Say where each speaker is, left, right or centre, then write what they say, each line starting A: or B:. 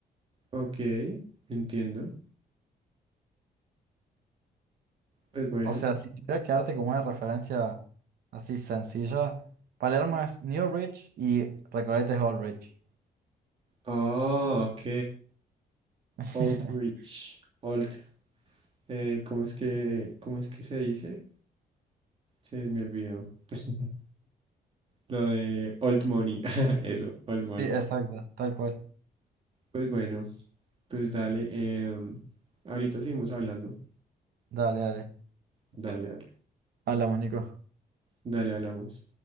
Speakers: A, on the right; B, on the right.
A: Ok, entiendo. Pues bueno.
B: O sea, si tuviera que darte como una referencia así sencilla, Palermo es New Rich y Recoleta es Old Rich.
A: Ah, ok.
B: <laughs>
A: Old Rich. Old. eh, ¿cómo es que, cómo es que se dice? Se me olvidó. <laughs> Lo de old money. <laughs> Eso, old money.
B: Sí, exacto, tal cual.
A: Pues bueno, pues dale. em, ahorita seguimos hablando.
B: Dale, dale.
A: Dale, dale.
B: Hablamos, Nico.
A: Dale, hablamos.